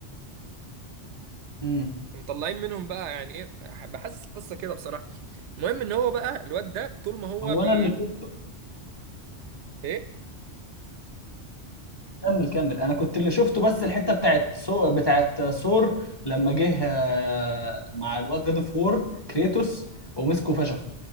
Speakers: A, on the left; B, on the right.
A: امم
B: ومطلعين منهم بقى يعني ايه بحسس قصه كده بصراحه المهم ان هو بقى الواد ده طول ما هو
A: هو
B: بي
A: انا اللي شفته
B: ايه
A: كمل كمل انا كنت اللي شفته بس الحته بتاعت سو بتاعت ثور لما جه آه، مع الواد جاد اوف وور كريتوس ومسكه فشخ